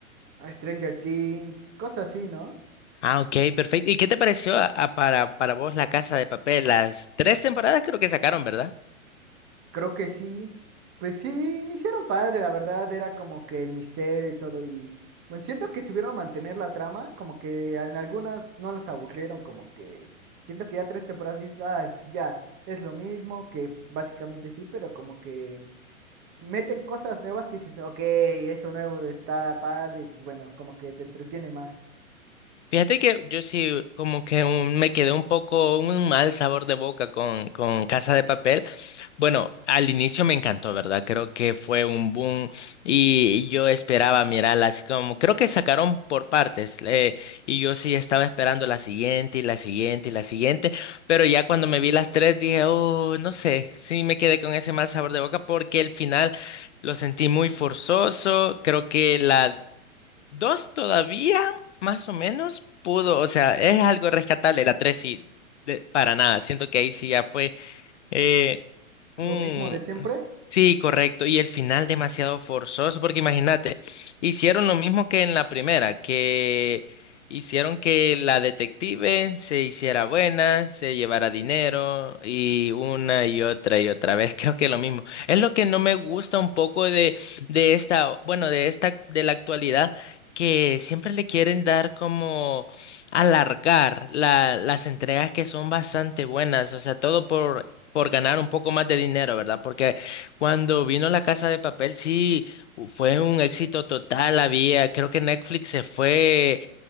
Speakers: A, on the right (about 25°); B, on the left (about 55°).
A: Stranger Things, cosas así, ¿no?
B: Ah, ok, perfecto. ¿Y qué te pareció a- a para, para vos La Casa de Papel? Las tres temporadas creo que sacaron, ¿verdad?
A: Creo que sí. Pues sí, iniciaron padre, la verdad, era como que el misterio y todo. Y bueno, siento que supieron mantener la trama, como que en algunas no las aburrieron, como que siento que ya tres temporadas dices, ay, ya, es lo mismo, que pues, básicamente sí, pero como que meten cosas nuevas que dices, ok, eso nuevo está padre, y pues bueno, como que te entretiene más.
B: Fíjate que yo sí como que un- me quedé un poco un mal sabor de boca con, con Casa de Papel. Bueno, al inicio me encantó, ¿verdad? Creo que fue un boom y yo esperaba mirarla así como, creo que sacaron por partes eh, y yo sí estaba esperando la siguiente y la siguiente y la siguiente, pero ya cuando me vi las tres dije, oh, no sé, sí me quedé con ese mal sabor de boca porque el final lo sentí muy forzoso, creo que la... Dos todavía, más o menos, pudo, o sea, es algo rescatable. La tres sí, de- para nada. Siento que ahí sí ya fue. Eh,
A: Lo
B: mm,
A: mismo de siempre,
B: sí, correcto. Y el final demasiado forzoso, porque imagínate, hicieron lo mismo que en la primera, que hicieron que la detective se hiciera buena, se llevara dinero y una y otra y otra vez. <laughs> Creo que lo mismo. Es lo que no me gusta un poco de, de esta, bueno, de esta, de la actualidad, que siempre le quieren dar como alargar la- las entregas que son bastante buenas, o sea, todo por por ganar un poco más de dinero, ¿verdad? Porque cuando vino La Casa de Papel, sí, u- fue un éxito total, había, creo que Netflix se fue